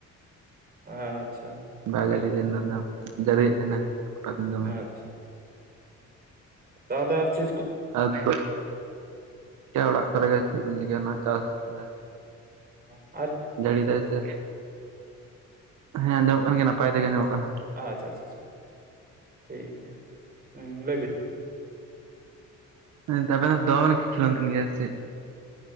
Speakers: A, on the right; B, on the right.
A: ᱟᱪᱪᱷᱟ
B: ᱫᱟᱜ ᱡᱟᱹᱲᱤ ᱮᱱᱟ ᱫᱚ ᱫᱟᱜ ᱡᱟᱹᱲᱤᱭᱮᱫ ᱛᱟᱦᱮᱸᱱᱟ ᱠᱚᱴᱟ ᱫᱤᱱ ᱫᱚᱢᱮ᱾
A: ᱟᱪᱪᱷᱟ ᱛᱟᱦᱚᱞᱮ ᱟᱨ ᱪᱮ
B: ᱟᱹᱣᱨᱤ <unintelligible> ᱚᱲᱟᱜ ᱠᱚᱨᱮ ᱜᱮ ᱪᱮᱫ ᱵᱤᱱ ᱪᱤᱠᱟᱹᱭᱟ ᱚᱱᱟ ᱪᱟᱥ ᱠᱚᱨᱮ?
A: ᱚ
B: ᱡᱟᱹᱲᱤᱫᱟᱭ ᱥᱮ ᱦᱮᱸ ᱟᱸᱡᱚᱢᱚᱜ ᱠᱟᱱ ᱜᱮᱭᱟ ᱱᱟᱯᱟᱭ ᱛᱮᱜᱮ ᱟᱸᱡᱚᱢᱚᱜ ᱠᱟᱱᱟ ᱾
A: ᱟᱪᱪᱷᱟ ᱪᱷᱟ ᱪᱷᱟ ᱴᱷᱤᱠ ᱜᱮᱭᱟ ᱞᱟᱹᱭ ᱵᱤᱱ
B: <unintelligible>